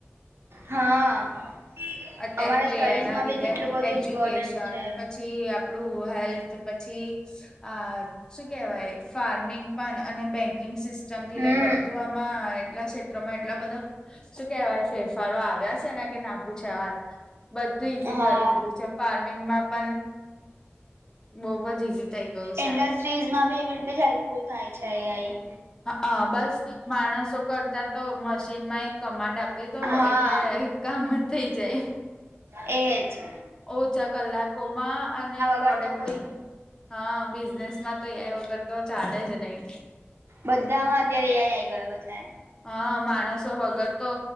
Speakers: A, on the right; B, on the left.
A: હા
B: અત્યારે
A: અમારા
B: તો
A: સ્ટડીઝમાં
B: એ આઈ ના લીધે
A: બી કેટલું બધું
B: એજ્યુકેશન
A: ઇમ્પોર્ટન્ટ છે
B: પછી પછી આપણું હેલ્થ પછી અ શું કેવાય ફાર્મિંગ પણ અને બેંકિંગ સિસ્ટમ થી
A: હમ
B: લઈ બધું આ માં એટલા ક્ષેત્રોમાં એટલા બધા શું કહેવાય ફેરફારો આવ્યા છે ને કે ના પૂછો વાત બધું ઈઝી
A: હા
B: કરી દીધું છે ફાર્મિંગમાં પણ બહુ જ ઈઝી થઈ ગયું છે
A: ઇન્ડસ્ટ્રીઝ માં બી એવી રીતે હેલ્પફુલ થાય છે એ આઈ
B: હા બસ માણસો કરતા તો મશીન માં એક કમાન્ડ આપ આપી દયો
A: હા
B: એટલે કામ જ થઈ જાય
A: એ જ
B: ઓછા કલાકોમાં અને પ્રોડક્ટી
A: વગર તો કોઈ
B: હા બિઝનેસ માં તો એ આઈ વગર તો ચાલે જ નહી
A: બધામાં અત્યારે એ આઈ આઈ ગયો છે
B: હા માણસો વગર તો